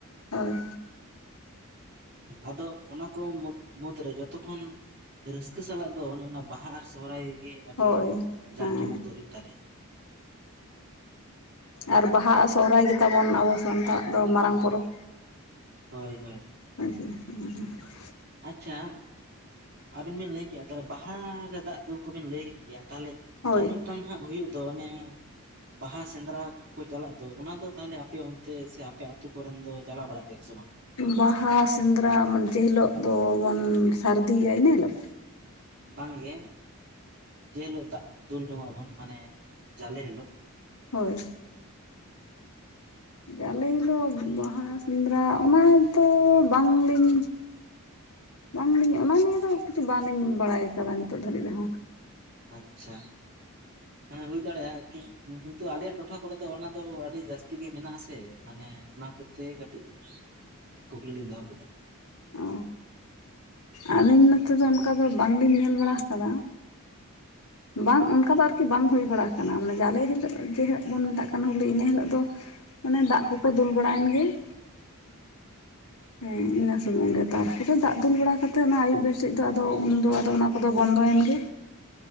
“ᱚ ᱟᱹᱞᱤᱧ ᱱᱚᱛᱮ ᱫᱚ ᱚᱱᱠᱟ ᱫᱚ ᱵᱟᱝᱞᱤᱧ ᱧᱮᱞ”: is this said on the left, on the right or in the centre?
Left